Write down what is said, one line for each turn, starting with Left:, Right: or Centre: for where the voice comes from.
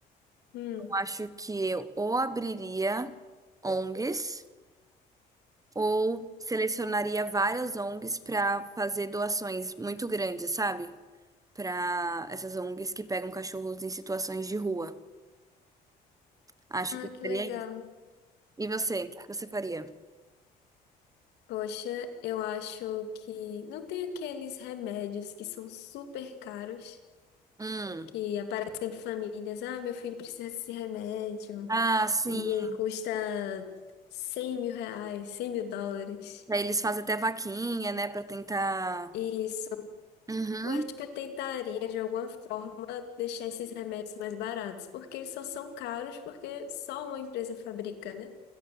Left: Hum.
Right: Eu acho que eu ou abriria ONGs ou selecionaria várias ONGs para fazer doações muito grandes, sabe? Para essas ONGs que pegam cachorros em situações de rua. Acho
Left: Ah,
Right: que eu
Left: que
Right: faria
Left: legal.
Right: isso. E você? O que você faria?
Left: Poxa, eu acho que não tem aqueles remédios que são super caros,
Right: Hum.
Left: que aparecem para famílias. Ah, meu filho precisa desse remédio
Right: Ah, sim.
Left: e ele custa 100 mil reais, 100 mil dólares.
Right: Aí eles fazem até vaquinha, né, para tentar.
Left: Isso.
Right: Uhum.
Left: Eu acho que eu tentaria, de alguma forma, deixar esses remédios mais baratos, porque eles só são caros porque só uma empresa fabrica, né?